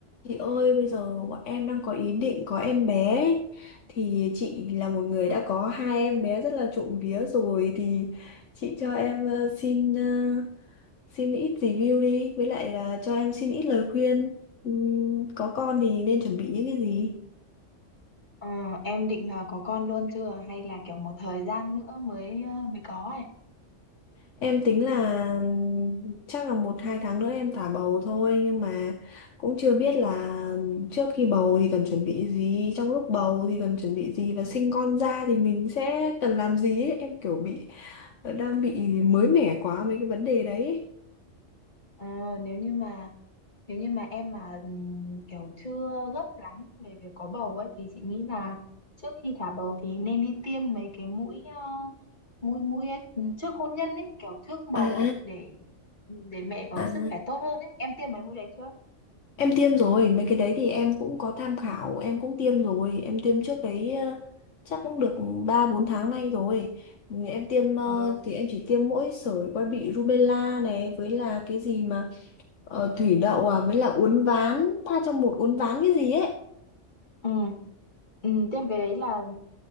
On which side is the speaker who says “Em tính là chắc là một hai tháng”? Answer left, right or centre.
Left